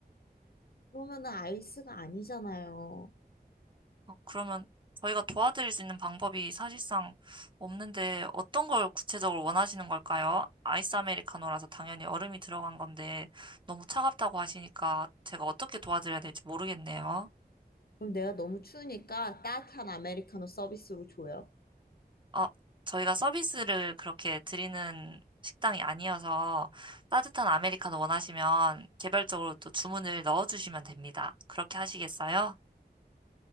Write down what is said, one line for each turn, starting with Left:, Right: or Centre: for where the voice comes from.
Left: 그러면은 아이스가 아니잖아요.
Right: 어, 그러면 저희가 도와드릴 수 있는 방법이 사실상 없는데 어떤 걸 구체적으로 원하시는 걸까요? 아이스 아메리카노라서 당연히 얼음이 들어간 건데 너무 차갑다고 하시니까 제가 어떻게 도와드려야 될지 모르겠네요.
Left: 그럼 내가 너무 추우니까 따뜻한 아메리카노 서비스로 줘요.
Right: 어, 저희가 서비스를 그렇게 드리는 식당이 아니어서 따뜻한 아메리카노 원하시면 개별적으로 또 주문을 넣어주시면 됩니다. 그렇게 하시겠어요?